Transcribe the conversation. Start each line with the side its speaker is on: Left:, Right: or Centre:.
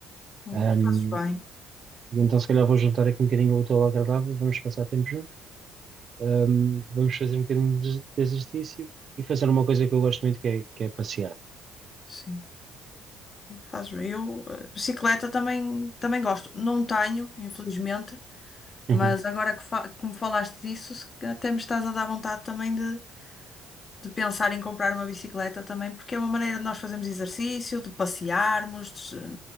Left: Pois,
Right: Ahm,
Left: Fazes bem.
Right: e então se calhar vou juntar aqui um bocadinho o útil ao agradável, vamos passar tempo juntos. hum, vamos fazer um bocadinho de de exercício e fazer uma coisa que eu gosto muito, que é, que é passear.
Left: Sim. Faço eu. eh, Bicicleta também, também gosto. Não tenho, infelizmente,
Right: Uhum.
Left: mas agora que, fa que me falaste disso, se até me estás a dar vontade também de, de pensar em comprar uma bicicleta também, porque é uma maneira de nós fazermos exercício, de passearmos, de se-